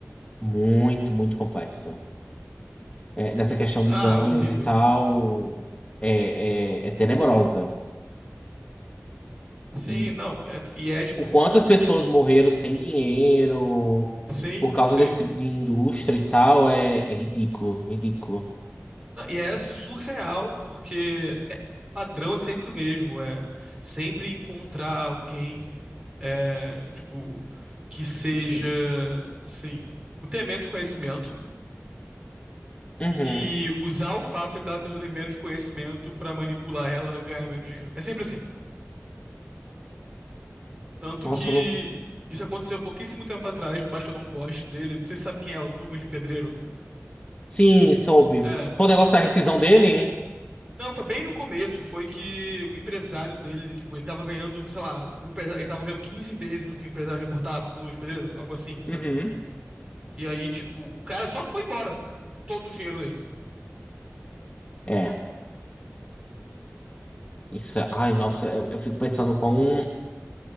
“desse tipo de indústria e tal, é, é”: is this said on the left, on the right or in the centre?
Left